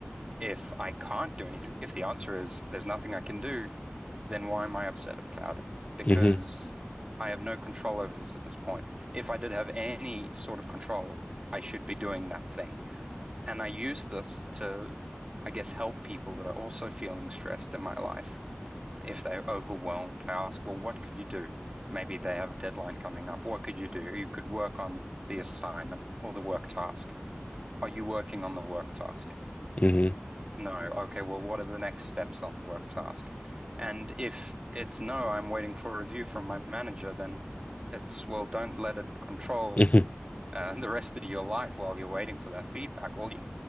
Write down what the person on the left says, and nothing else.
hmm
hmm
hmm